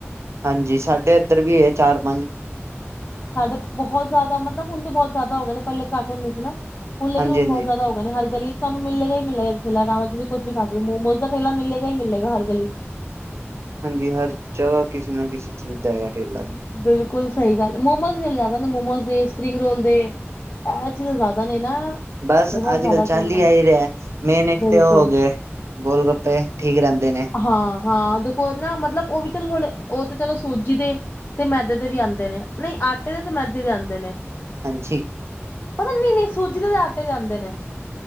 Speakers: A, on the right (about 70°); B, on the left (about 40°).
A: ਹਾਂਜੀ, ਸਾਡੇ ਏਧਰ ਵੀ ਏ ਚਾਰ-ਪੰਜ।
B: ਸਾਡੇ ਬਹੁਤ ਜ਼ਿਆਦਾ, ਮਤਲਬ ਹੁਣ ਤਾਂ ਬਹੁਤ ਜ਼ਿਆਦਾ ਹੋ ਗਏ ਨੇ, ਪਹਿਲੇ ਘੱਟ ਹੁੰਦੇ ਸੀ ਨਾ, ਹੁਣ ਲੇਕਿਨ
A: ਹਾਂਜੀ
B: ਹੁਣ
A: ਹਾਂਜੀ
B: ਬਹੁਤ ਜ਼ਿਆਦਾ ਹੋ ਤੁਹਾਂਨੂੰ ਹਰ ਗਲੀ ਚ ਤੁਹਾਨੂੰ ਮਿਲੇ ਗਾ ਈ- ਮਿਲੇ ਗਾ, ਜਿੱਥੇ ਲੈਣ ਆਵਾਂ ਤੁਸੀ ਕੁੱਝ ਵੀ ਖਾਂ ਸਕਦੇ ਓ, ਮੋਮੋਜ਼ ਦਾ ਠੇਲਾ ਮਿਲੇ ਗਾ ਈ- ਮਿਲੇ ਗਾ ਹਰ ਗਲੀ ਚ'।
A: ਹਾਂਜੀ, ਹਰ ਜਗਾ ਕਿਸੇ ਨਾ ਕਿਸੀ ਚੀਜ਼ ਦਾ ਹੈਗਾ ਠੇਲਾ ਤੇ।
B: ਬਿਲਕੁੱਲ ਸਹੀ ਗੱਲ ਆ, ਮੋਮੋਜ਼ ਦੇ ਜ਼ਿਆਦਾ ਨੇ ਮੋਮੋਜ਼ ਦੇ ਸਪਰਿੰਗ ਰੋਲ ਦੇ। ਐਹ, ਚੀਜ਼ਾਂ ਜ਼ਿਆਦਾ ਨੇ ਨਾ।
A: ਬਸ
B: ਬਹੁਤ
A: ਅੱਜ
B: ਜ਼ਿਆਦਾ
A: ਕੱਲ
B: ਠੇਲਾ
A: ਚੱਲ ਈ ਐਹੀ ਰਿਹਾਂ, ਮੇਨ ਇੱਕ
B: ਬਿਲਕੁਲ।
A: ਤੇ ਹੋ ਗੇ। ਗੋਲ- ਗੱਪੇ ਠੀਕ ਰਹਿੰਦੇ ਨੇ।
B: ਹਾਂ-ਹਾਂ ਦੇਖੋ ਓਹ ਨਾ, ਮਤਲਬ ਉਹ ਵੀ ਚਲ ਥੋੜੇ ਉਹ ਤੇ ਚਲੋ ਸੂਜੀ ਦੇ। ਤੇ ਮੈਦੇ ਦੇ ਵੀ ਆਂਦੇ ਨੇ, ਨਈ ਆਟੇ ਦੇ ਤੇ ਮੈਦੇ ਦੇ ਆਂਦੇ ਨੇ।
A: ਹਾਂਜੀ।
B: ਪਤਾ ਨਈ-ਨਈ ਸੂਜੀ ਦੇ ਤੇ ਆਟੇ ਦੇ ਆਂਦੇ ਨੇ।